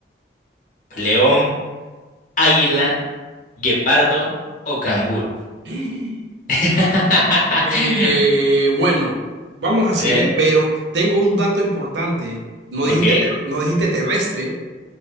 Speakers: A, on the left (about 45°); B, on the right (about 80°).
A: ¿León, águila, guepardo o canguro?
B: <gasps>
A: <laughs>
B: Eh, bueno, vamos a seguir,
A: Eh,
B: pero tengo un dato importante. No
A: ok,
B: dijiste, ter- no dijiste terrestre,